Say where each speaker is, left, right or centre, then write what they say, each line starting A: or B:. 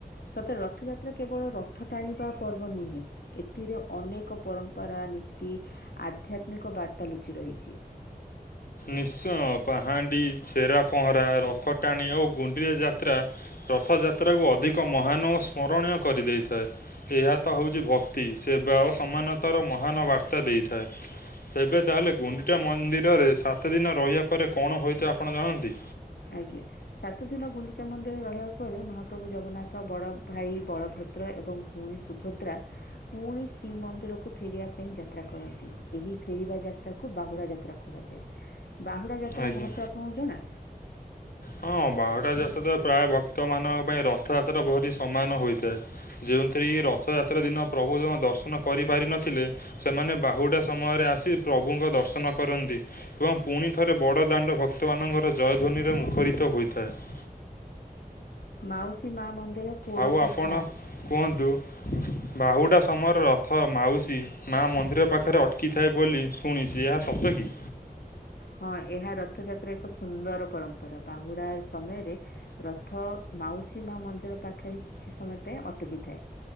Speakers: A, on the left (about 80°); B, on the left (about 65°).
A: ସତରେ ରଥଯାତ୍ରା କେବଳ ରଥ ଟାଣିବା ପର୍ବ ନୁହେଁ। ଏଥିରେ ଅନେକ ପରମ୍ପରା ନୀତି ଆଧ୍ୟାତ୍ମିକ ବାର୍ତ୍ତା ଲୁଚି ରହିଛି।
B: ନିଶ୍ଚୟ ପାହାଣ୍ଡି ଛେରା ପହଁରା ରଥ ଟାଣି ଓ ଗୁଣ୍ଡିଆ ଯାତ୍ରା। ରଥଯାତ୍ରାକୁ ଅଧିକ ମହାନ ଓ ସ୍ମରଣୀୟ କରିଦେଇଥାଏ। ଏହା ତ ହେଉଛି ଭକ୍ତି ସେବା ଅସମାନତାର ମହାନ ବାର୍ତ୍ତା ଦେଇଥାଏ। ତେବେ ତାହାେଲେ ଗୁଣ୍ଡିଟା ମନ୍ଦିରରେ ସାତ ଦିନ ରହିବା ପରେ କଣ ହୋଇତ ଆପଣ ଜାଣନ୍ତି।
A: ଆଜ୍ଞା। ସାତ ଦିନ ଗୁଣ୍ଡିଚା ମନ୍ଦିର ରହିବା ପରେ ମହାପ୍ରଭୁ ଜଗନ୍ନାଥ ବଡ ଭାଇ ବଳଭଦ୍ର ଏବଂ ପୁଣି ସୁଭଦ୍ରା ପୁଣି ଶ୍ରୀମନ୍ଦିରକୁ ଫେରିବା ପାଇଁ ଯାତ୍ରା କରନ୍ତି ଏହି ଫେରିବା ଯାତ୍ରାକୁ ବାହୁଡା ଯାତ୍ରା କୁହାଯାଏ। ବାହୁଡ଼ା ଯାତ୍ରା
B: ଆଜ୍ଞା।
A: ମହତ୍ୱ ଆପଣଙ୍କୁ ଜଣା
B: ହଁ ବାହୁଡ଼ା ଯାତ୍ରା ତ ପ୍ରାୟ ଭକ୍ତମାନଙ୍କ ପାଇଁ ରଥଯାତ୍ରା ଭରି ସମାନ ହୋଇଥାଏ। ଯେଉଁଥିରେ କି ରଥଯାତ୍ରା ଦିନ ପ୍ରଭୁଙ୍କ ଦର୍ଶନ କରିପାରିନଥିଲେ। ସେମାନେ ବାହୁଡ଼ା ସମୟରେ ଆସି ପ୍ରଭୁଙ୍କ ଦର୍ଶନ କରନ୍ତି ଏବଂ ପୁଣି ଥ ଠାରେ ବଡ଼ ଦାଣ୍ଡ ଭକ୍ତମାନଙ୍କର ଜୟଧ୍ୱନିରେ ମୁଖରିତ ହୋଇଥାଏ।
A: ମାଉସୀ ମା ମନ୍ଦିର। ପୋଡ଼ପିଠା
B: ଆଉ ଆପଣ କୁହନ୍ତୁ। ବାହୁଡ଼ା ସମୟରେ ରଥ ମାଉସୀ ମା ମନ୍ଦିର ପାଖରେ ଅଟକିଥାଏ ବୋଲି। ଶୁଣିଛି ଏହା ସତ କି।
A: ହଁ ଏହା ରଥଯାତ୍ରା ଏକ ସୁନ୍ଦର ପରମ୍ପରା ବାହୁଡ଼ା ସମୟରେ। ରଥ ମାଉସୀ ମା ମନ୍ଦିର ପାଖରେ କିଛି ସମୟ ପାଇଁ ଅଟକିଥାଏ।